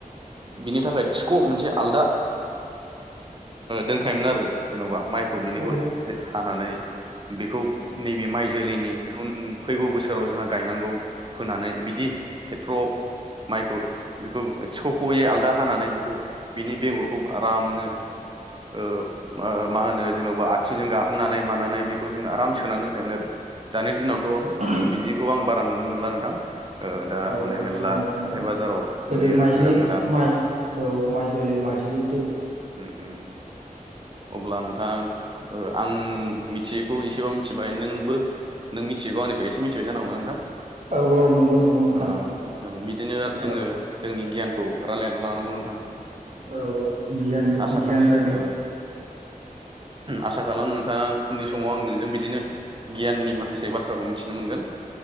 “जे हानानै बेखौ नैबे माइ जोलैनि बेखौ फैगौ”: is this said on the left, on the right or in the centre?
Right